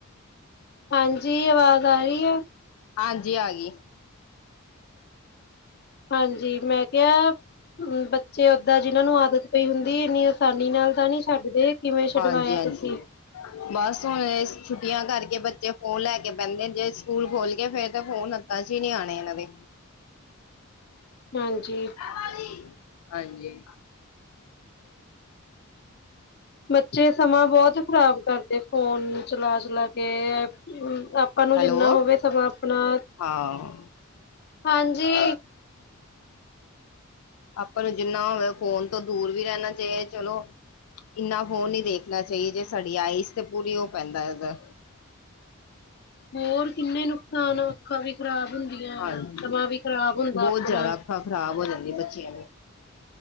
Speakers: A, on the left; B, on the left.
A: ਹਾਂਜੀ, ਅਵਾਜ਼ ਆ ਰੀਏ?
B: ਹਾਂਜੀ, ਆਈ
A: ਹਾਂਜੀ, ਮੈਂ ਕੇਯਾ ਬੱਚੇ ਓਦਾਂ ਜਿਨਾਂ ਨੂੰ ਆਦਤ ਪਈ ਹੁੰਦੀ ਇੰਨੀ ਆਸਾਨੀ ਨਾਲ ਤਾਂ ਨੀ ਛੱਡਦੇ, ਕਿਵੇਂ ਛੱਡਵਾਇਆ
B: ਹਾਂਜੀ ਹਾਂਜੀ
A: ਤੁਸੀਂ?
B: ਬਸ ਹੁਣ ਛੁੱਟੀਆਂ ਕਰਕੇ ਬੱਚੇ ਫੋਨ ਲੈਕੇ ਬੈਂਦੇ ਨੇ ਜੇ ਸਕੂਲ ਖੋਲਗੇ ਫੇਰ ਤਾਂ ਫੋਨ ਹ ਤਾਂ 'ਚ ਨੀ ਆਣੇ ਏਨਾਂ ਦੇ।
A: ਹਾਂਜੀ।
B: ਹਾਂਜੀ।
A: ਬੱਚੇ ਸਮਾਂ ਬੋਤ ਖ਼ਰਾਬ ਕਰਦੇ ਫੋਨ ਚਲਾ-ਚਲਾ ਕੇ, ਆ ਪਾਂ ਨੂੰ
B: ਹੈਲੋ
A: ਜਿੰਨਾ ਹੋਵੇ ਸਮਾਂ ਅਪਨਾ,
B: ਹਾਂ
A: ਹਾਂਜੀ।
B: ਆਪਾਂ ਨੂੰ ਜਿੰਨਾ ਹੋਵੇ ਫੋਨ ਤੋਂ ਦੂਰ ਈ ਰੈਣਾ ਚਾਈਏ, ਚਲੋ ਇੰਨਾ ਫੋਨ ਨੀ ਦੇਖਨਾਂ ਚਾਈਏ, ਜੇ ਸਾਡੀ ਆਈਸ 'ਤੇ ਪੂਰੀ ਓ ਪੈਂਦਾ ਏਦਾ
A: ਹੋਰ ਕਿੰਨੇ ਨੁਕਸਾਨ ਆ ਅੱਖਾਂ ਵੀ ਖ਼ਰਾਬ ਹੁੰਦੀਆਂ
B: ਹਾਂਜੀ
A: ਵਾ, ਸਮਾਂ ਵੀ ਖ਼ਰਾਬ ਹੁੰਦਾ
B: ਬਹੁਤ
A: ਆਪਣਾ।
B: ਜ਼ਿਆਦਾ ਅੱਖਾਂ ਖ਼ਰਾਬ ਹੋ ਜਾਂਦੀ, ਬੱਚਿਆਂ ਦੀ।